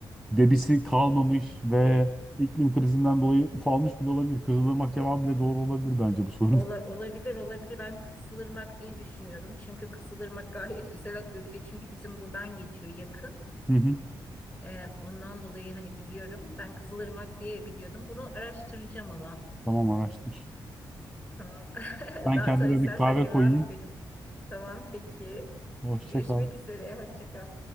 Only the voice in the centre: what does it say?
debisi kalmamış ve iklim krizinden dolayı ufalmış bile olabilir. Kızılırmak cevabı bile doğru olabilir bence bu soruda.
<laughs> Hı hı.
Tamam araştır.
Ben
kendime
bir kahve
koyayım.
Hoşça
kal.